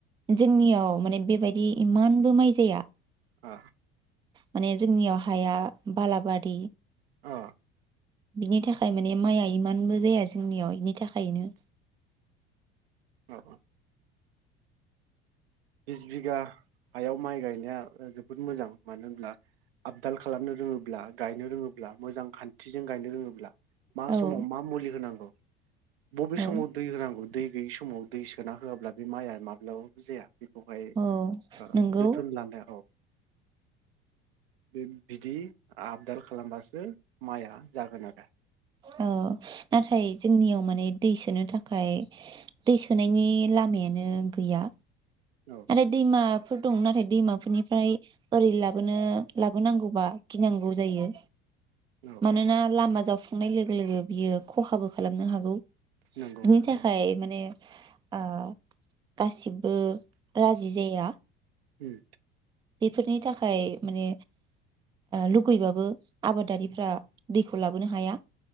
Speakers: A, on the right; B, on the right.
A: जोंनियाव माने बेबायदि इमानबो माइ जाया।
B: ओ।
A: माने जोंनियाव हाया बालाबारि
B: ओ।
A: बिनि थाखाय माने माइया इमानबो जाया जोंनियाव बेनि थाखायनो।
B: औ औ बिस बिगा हायाव माय गायनाया जोबोद मोजां मानो होनब्ला आबदाल खालामनो रोंङोब्ला गायनो रोंङोब्ला मोजां खान्थिजों गायनो रोंङोब्ला मा
A: औ
B: समाव मा मुलि होनांगौ बबे
A: औ
B: समाव दै होनांगौ दै बै समाव दै सोना होआब्ला बे मायआ माब्लाबाबो जाया। बेवहाय
A: औ
B: ओ
A: नंगौ
B: जोथोन लाना बे बिदि आबदाल खालामबासो मायआ जागोन आरो
A: औ नाथाय जोंनियाव माने दै सोनो थाखाय दै सोनायनि लामायानो गैया।
B: औ
A: आरो दैमा फोर दं नाथाय दैमाफोरनिफ्राय ओरै लाबोनो लाबोनांगौबा गिनांगौ जायो।
B: औ
A: मानोना
B: औ
A: लामा जा संनाय लोगो-लोगो बियो खहाबो खालामनो हागौ।
B: नंगौ
A: बिनि
B: नंगौ
A: थाखाय माने ओ गासिबो राजि जाया।
B: अम
A: बेफोरनि थाखाय माने लुगैबाबो आबादारिफ्रा दैखौ लाबोनो हाया।